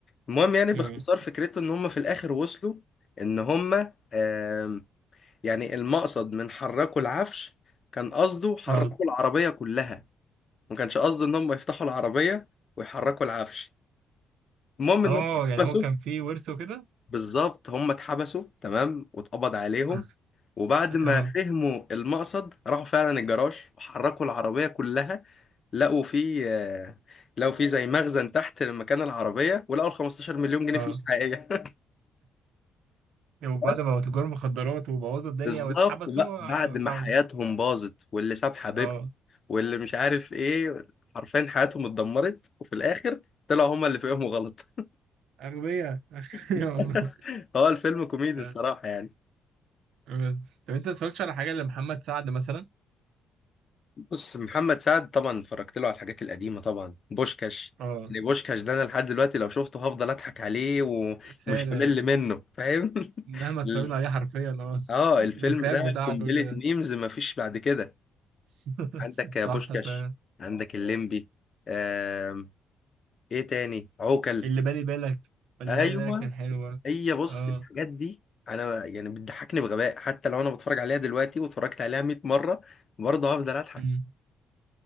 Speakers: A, on the left; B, on the right.
A: المهم يعني
B: اه
A: باختصار فكرته ان هم في الاخر وصلوا ان هم آم، يعني المقصد من حركوا العفش كان قصده حركوا
B: اه
A: العربية كلها ما كانش قصده ان هم يفتحوا العربية ويحركوا العفش المهم ان
B: اه
A: هم اتحبسوا
B: يعني هو كان فيه ورث وكده
A: بالظبط هم اتحبسوا تمام واتقبض عليهم
B: <laughs>
A: وبعد ما
B: اه
A: فهموا المقصد راحوا فعلا الجراج وحركوا العربية كلها لقوا فيه آه، لقوا فيه زي مخزن تحت مكان العربية ولقوا ال 15 مليون جنيه
B: اه
A: فلوس حقيقية <laughs>
B: وبعد
A: بس
B: ما بقوا تجار مخدرات وبوظوا الدنيا
A: بالظبط
B: واتحبسوا
A: بقى بعد
B: آه،
A: ما
B: فاهموا
A: حياتهم باظت واللي ساب حبيبته
B: اه
A: واللي مش عارف ايه حرفيا حياتهم اتدمرت وفي الآخر طلعوا هما اللي فيهم غلط
B: أغبياء <laughs> أغبياء
A: <laughs>
B: والله
A: بس هو الفيلم كوميدي
B: آه،
A: الصراحة يعني
B: آه. طب انت ما اتفرجتش على حاجة لمحمد سعد مثلا؟
A: بص محمد سعد طبعا اتفرجت له على الحاجات القديمة طبعا بوشكاش
B: اه
A: يعني بوشكاش ده انا لحد دلوقتي لو شفته هفضل اضحك عليه ومش
B: فعلا
A: همل منه فاهم
B: مهما اتفرجنا
A: <laughs>
B: عليه حرفيا اه
A: اه
B: <laughs>
A: الفيلم
B: الافيهات
A: ده
B: بتاعته
A: قنبلة
B: كده
A: ميمز مفيش بعد كده
B: <laughs>
A: عندك
B: صح
A: يا بوشكاش
B: فعلا
A: عندك الليمبي آم. ايه تاني عوكل
B: اللي بالي بالك اللي
A: ايوه
B: بالي بالك كان حلو برضه.
A: هي بص
B: اه
A: الحاجات دي انا يعني بتضحكني بغباء حتى لو انا بتفرج عليها دلوقتي واتفرجت عليها 100 مرة برضه هفضل اضحك
B: أمم.